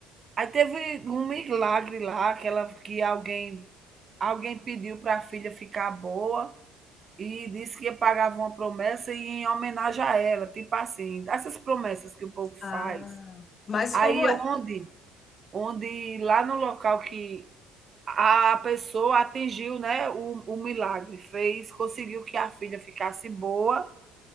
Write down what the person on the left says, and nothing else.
ah, mas
como
é?